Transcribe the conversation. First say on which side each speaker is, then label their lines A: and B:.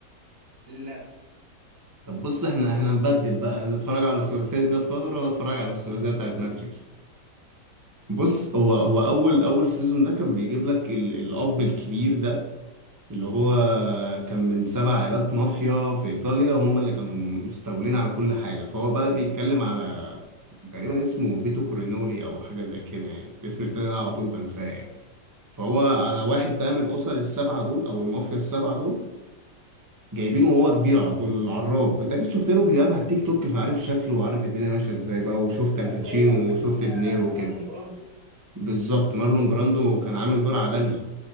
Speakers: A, on the right; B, on the right.
A: لا
B: طب بص احنا احنا نبدل بقى انت اتفرج على ثلاثية جاد فاذر وانا اتفرج على الثلاثية بتاعت ماتريكس بص هو هو اول اول سيزون ده كان بيجيب لك ال- الاب الكبير ده اللي هو كان من سبع عائلات مافيا في ايطاليا هم اللي كانوا مستولين على كل حاجه فهو بقى بيتكلم على تقريبا اسمه فيتو كورينولي او حاجه زي كده يعني الاسم التاني ده على طول بنساه يعني فهو على واحد بقى من الاسر السبعه دول او المافيا السبعه دول جايبينه وهو كبير على طول العراب انت اكيد شفت له فيديوهات على التيك توك فعارف شكله وعارف الدنيا ماشيه ازاي بقى وشفت الباتشينو
A: ايوه ايوه كان
B: وشفت
A: آه،
B: دينيرو وكده
A: مارلون براندو
B: بالظبط مارلون براندو كان عامل دور عالمي